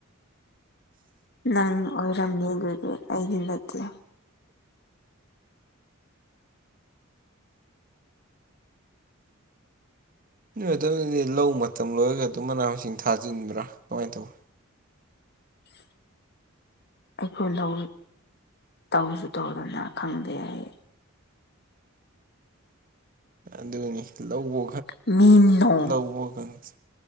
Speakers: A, on the left (about 50°); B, on the right (about 40°).
A: ꯅꯪ ꯑꯣꯏꯔꯝꯃꯦ ꯑꯗꯨꯗꯤ ꯑꯩꯗꯤ ꯅꯠꯇꯦ
B: ꯑꯗꯨꯗꯗꯤ ꯂꯧ ꯃꯇꯝ ꯂꯣꯏꯔꯒ ꯑꯗꯨꯝ ꯃꯅꯥ ꯃꯁꯤꯡ ꯊꯥꯖꯤꯟꯕ꯭ꯔꯥ ꯀꯃꯥꯏꯅ ꯇꯧꯋ
A: <unintelligible> ꯑꯩꯈꯣꯏ ꯂꯧ ꯇꯧꯁꯨ ꯇꯧꯗꯅ ꯈꯪꯗꯦ ꯑꯩ
B: ꯑꯗꯨꯅꯤ ꯂꯧꯕ
A: ꯃꯤꯅꯣ
B: ꯂꯧꯕ ꯈꯪꯦ